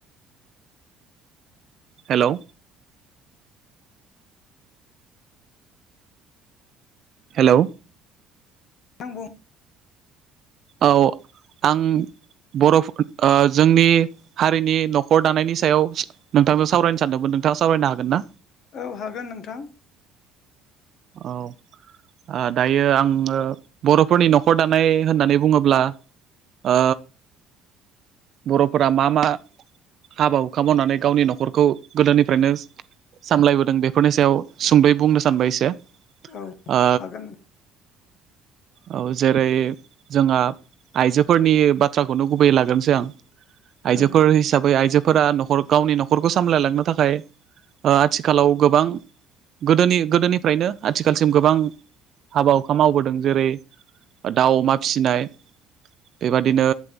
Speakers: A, on the right; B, on the left.
A: हेलौ हेलौ
B: थां बुं
A: औ आं बर' फोर जोंनि हारिनि न'खर दानायनि सायाव नोंथांजों सावरायनो सानदोंमोन। नोंथाङा सावरायनो हागोन ना?
B: औ हागोन नोंथां।
A: औ ओ दायो आंङो बर'फोरनि न'खर दानाय होननानै बुङोब्ला ओ बर'फोरा मा मा हाबा हुखा मावनानै गावनि न'खरखौ गोदोनिफ्रायनो सामलायबोदों बेफोरनि सायाव सुंदयै बुंनो सानबाय एसे ओ
B: औ हागोन
A: औ जेरै जोंहा आइजोफोरनि बाथ्राखौनो गुबैयै लाग्रोनोसै आं आयजोफोर
B: औ
A: हिसाबै आइजो फोरा न'खर गावनि न'खरखौ सामलायलांनो थाखाय ओ आथिखालाव गोबां गोदोनि गोदोनिफ्रायनो आथिखालसिम गोबां हाबा हुखा मावबोदों जेरै दाउ अमा फिसिनाय बेबादिनो